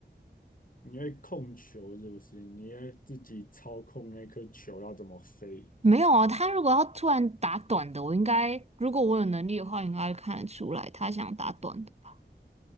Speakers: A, on the left; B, on the right.
A: 你会控球是不是？你会自己操控那颗球要怎么飞？
B: 没有啊，他如果要突然打短的，我应该，如果我有能力的话，应该看得出来他想打短的吧？